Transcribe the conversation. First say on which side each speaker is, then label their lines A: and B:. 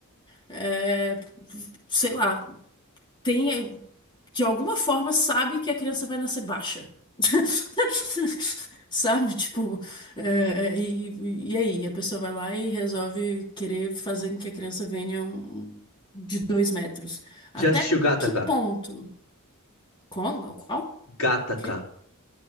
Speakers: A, on the left; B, on the left.
A: é, sei lá, tem de alguma forma sabe que a criança vai nascer baixa. <laughs> Sabe? Tipo, é, e, e aí? A pessoa vai lá e resolve querer fazer com que a criança venha um- de dois metros. Até
B: Já assistiu Gattaca?
A: que ponto? Como? Qual?
B: Gattaca.
A: Quê?